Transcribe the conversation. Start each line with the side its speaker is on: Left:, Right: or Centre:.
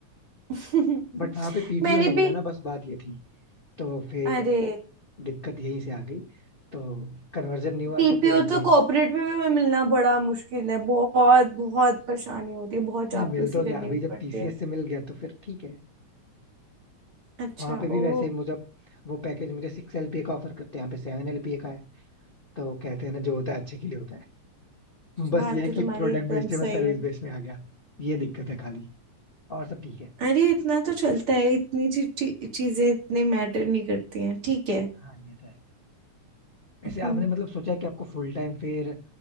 Right: <laughs>
Left: बट वहाँ पे पीपीओ
Right: मैंने
Left: नहीं मिला
Right: भी
Left: ना बस बात ये थी तो फिर
Right: अरे
Left: दिक्कत यहीं से आ गई तो कन्वर्जन नहीं हुआ
Right: पीपीओ
Left: तो फिर मुझे
Right: तो कॉर्पोरेट में में मिलना बड़ा मुश्किल है बहुत बहुत परेशानी होती है बहुत चापलूसी
Left: नहीं मिल तो
Right: करनी
Left: गया अभी
Right: पड़ती
Left: जब टीसीएस
Right: है
Left: से मिल गया तो फिर ठीक है
Right: अच्छा
Left: वहाँ पे भी
Right: ओ
Left: वैसे मुझे वो पैकेज मुझे सिक्स एलपीए का ऑफर करते हैं यहाँ पे सेवन एलपीए का है तो कहते हैं ना जो होता है अच्छे के लिए होता है बस
Right: बात
Left: ये है
Right: तो
Left: कि
Right: तुम्हारी
Left: प्रोडक्ट
Right: एकदम
Left: बेचते में
Right: सही
Left: सर्विस
Right: है
Left: बेस में आ गया ये दिक्कत है खाली और सब ठीक है
Right: अरे इतना तो चलता है इतनी ची, ची, चीजें इतनी मैटर नहीं करती हैं ठीक है
Left: हाँ ये तो है वैसे
Right: हम्म
Left: आपने मतलब सोचा कि आपको फुल टाइम फिर